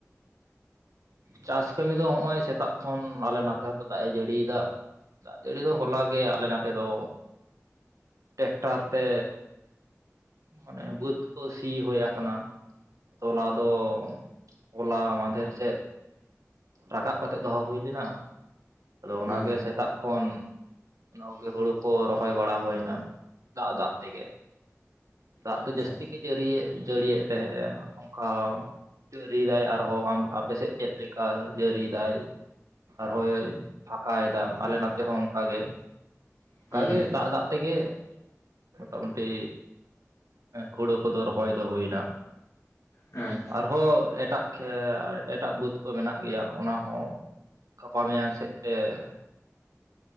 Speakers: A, on the right; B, on the left.
A: ᱪᱟᱥ ᱠᱟᱹᱢᱤ ᱫᱚ ᱦᱚᱜᱼᱚᱭ ᱥᱮᱛᱟᱜ ᱠᱷᱚᱱ ᱟᱞᱮ ᱱᱛᱮ ᱦᱚᱸᱛᱚ ᱫᱟᱜ ᱮ ᱡᱟᱹᱲᱤᱭ ᱫᱟ ᱾ ᱫᱟᱜ ᱡᱟᱹᱲᱤ ᱫᱚ ᱦᱚᱞᱟᱜ ᱜᱮ ᱟᱞᱮ ᱱᱚᱛᱮ ᱫᱚ ᱴᱮᱠᱴᱟᱨ ᱛᱮᱼᱼ ᱢᱟᱱᱮ ᱵᱟᱹᱫᱽ ᱠᱚ ᱥᱤ ᱦᱳᱭ ᱟᱠᱟᱱᱟ ᱛᱚᱞᱟ ᱫᱚ ᱦᱚᱚᱞᱟ ᱢᱟᱫᱷᱮᱨ ᱥᱮᱫ ᱨᱟᱠᱟᱵ ᱠᱟᱛᱮᱫ ᱫᱚᱦᱚ ᱦᱩᱭ ᱞᱮᱱᱟ ᱟᱫᱚ
B: ᱦᱩᱸ
A: ᱚᱱᱟ ᱜᱮ ᱥᱮᱛᱟᱜ ᱠᱷᱚᱱ ᱚᱱᱟ ᱠᱚ ᱜᱮ ᱦᱩᱲᱩ ᱠᱚ ᱨᱚᱦᱚᱭ ᱵᱟᱲᱟ ᱦᱩᱭᱱᱟ ᱫᱟᱜ ᱫᱟᱜ ᱛᱮ ᱜᱮ ᱫᱟᱜ
B: ᱟᱪᱪᱷᱟ
A: ᱫᱚ ᱡᱟᱹᱥᱛᱤ ᱜᱮ ᱡᱟᱹᱲᱤᱭ ᱡᱟᱹᱲᱤᱭ ᱮᱫ ᱛᱟᱦᱮᱸᱫᱼᱟ ᱚᱱᱠᱟ ᱡᱟᱹᱨᱤᱭ ᱫᱟᱭ ᱟᱨᱦᱚᱸ ᱟᱯᱮᱥᱮᱫ ᱪᱮᱫ ᱞᱮᱠᱟ ᱡᱟᱹᱨᱤᱭ ᱫᱟᱭ ᱟᱨᱦᱚᱸᱭ ᱯᱷᱟᱠᱟᱭ ᱮᱫᱟ ᱟᱞᱮ ᱱᱛᱮ ᱦᱚᱸ ᱚᱱᱠᱟ ᱜᱮ ᱚᱱᱠᱟᱜᱮ
B: ᱦᱩᱸ
A: ᱫᱟᱜᱼ ᱫᱟᱜ ᱛᱮᱜᱮ ᱢᱚᱴᱟ ᱢᱩᱴᱤ ᱦᱩᱲᱩ ᱠᱚᱫᱚ ᱨᱚᱦᱚᱭ ᱫᱚ ᱦᱩᱭᱱᱟ
B: ᱦᱮᱸ
A: ᱟᱨᱦᱚᱸ ᱮᱴᱟᱜ ᱠᱷᱮ ᱮᱴᱟᱜ ᱵᱟᱹᱫᱽ ᱠᱚ ᱢᱮᱱᱟᱜ ᱜᱮᱭᱟ ᱚᱱᱟ ᱦᱚᱸᱼᱼ ᱜᱟᱯᱟ ᱢᱮᱭᱟᱝ ᱥᱮᱫᱛᱮ ᱾